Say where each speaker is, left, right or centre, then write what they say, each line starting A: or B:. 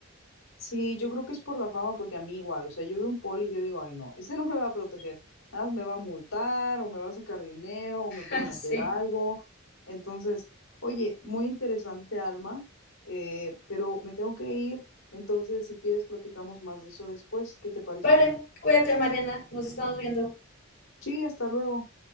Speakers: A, on the left; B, on the left.
A: Sí, yo creo que es por la fama, porque a mí igual, o sea, yo veo un poli y yo digo, ay no, ese no me va a proteger, nada más me va a multar o me va a sacar dinero o me pueden
B: <laughs>
A: hacer
B: sí.
A: algo. Entonces, oye, muy interesante, Alma, eh, pero me tengo que ir, entonces si quieres platicamos más de eso después, ¿qué te parece?
B: Vale, cuídate, Mariana, nos estamos viendo.
A: Sí, hasta luego.